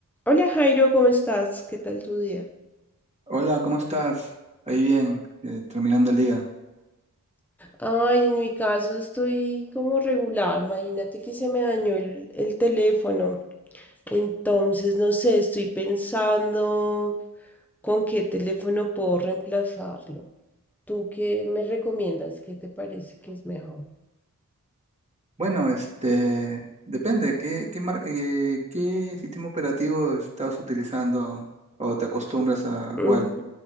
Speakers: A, in the centre; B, on the right.
A: Hola Jairo, ¿cómo estás? ¿Qué tal tu día?
B: Hola, ¿cómo estás? Ahí bien, eh, terminando el día.
A: Ay, en mi caso estoy como regular. Imagínate que se me dañó el, el teléfono. Entonces, no sé, estoy pensando con qué teléfono puedo reemplazarlo. ¿Tú qué me recomiendas? ¿Qué te parece que es mejor?
B: Bueno, este, depende, ¿qué, qué, mar- eh, qué sistema operativo estás utilizando o te acostumbras a
A: Ujú.
B: cuál?